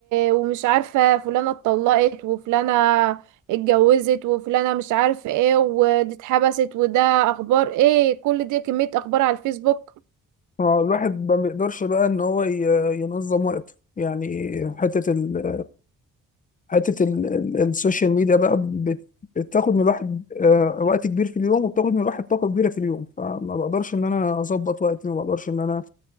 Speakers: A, on the right; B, on the left.
A: ومش عارفة فلانة اتطلقت وفلانة اتجوزت وفلانة مش عارف ايه ودي اتحبست وده أخبار ايه كل دي كمية أخبار على الفيسبوك
B: هو الواحد ما بيقدرش بقى ان هو ي- ينظم وقته يعني حته ال... حته ال... ال- السوشيال ميديا بقى بت... بتاخد من الواحد آه، وقت كبير في اليوم وبتاخد من الواحد طاقه كبيره في اليوم فما بقدرش ان انا اظبط وقتي ما بقدرش ان انا